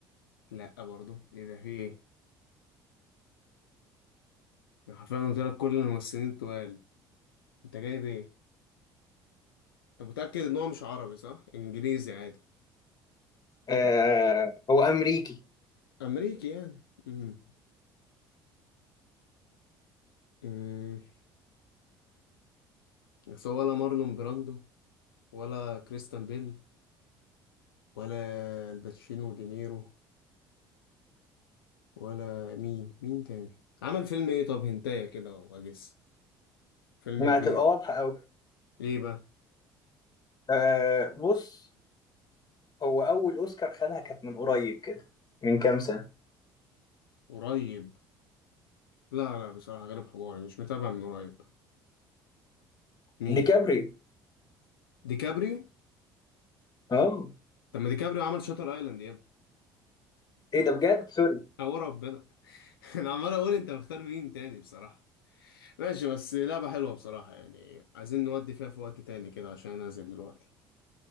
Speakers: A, on the left; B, on the left.
A: لا برضه ايه ده في ايه يعني حرفيا قلت لك كل الممثلين التقال انت جايب ايه انت متأكد ان هو مش عربي صح انجليزي عادي
B: آه هو امريكي
A: امريكي يعني امم امم بس هو ولا مارلون براندو ولا كريستان بيل ولا الباتشينو ودينيرو ولا مين مين تاني عمل فيلم ايه طب هنتايا كده واجس فيلم
B: ما
A: كبير
B: هتبقى واضحة قوي
A: ايه بقى
B: آه بص هو اول اوسكار خدها كانت من قريب كده من كام سنة
A: قريب لا لا بصراحة غير حواري مش متابع من قريب مين
B: ديكابريو
A: ديكابريو
B: اه
A: طب ما ديكابريو عمل شاتر ايلاند يا ابني
B: ايه ده بجد سوري
A: <laughs> او ربنا <laughs> انا عمال اقول انت مختار مين تاني بصراحة ماشي بس لعبة حلوة بصراحة يعني عايزين نودي فيها في وقت تاني كده عشان أنا نازل دلوقتي